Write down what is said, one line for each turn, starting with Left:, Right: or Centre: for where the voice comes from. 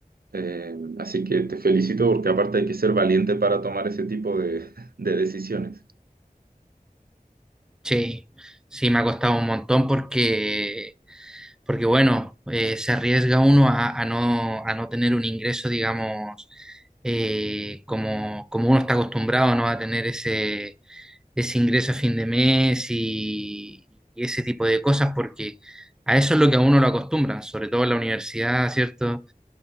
Right: Eh, así que te felicito porque aparte hay que ser valiente para tomar ese tipo de, <laughs> de decisiones.
Centre: Sí, sí, me ha costado un montón porque, porque bueno, eh, se arriesga uno a, a no, a no tener un ingreso, digamos, eh, como, como uno está acostumbrado, ¿no? A tener ese, ese ingreso a fin de mes y, y ese tipo de cosas, porque a eso es lo que a uno lo acostumbran, sobre todo en la universidad, ¿cierto?